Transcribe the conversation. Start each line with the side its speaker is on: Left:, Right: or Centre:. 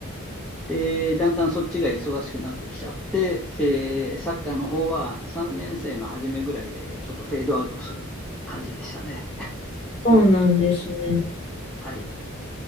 Centre: で、だんだんそっちが忙しくなってきちゃって、えーサッカーの方は3年生の初めぐらいでちょっとフェードアウトする感じでしたね。
Left: そうなんですね。
Centre: はい。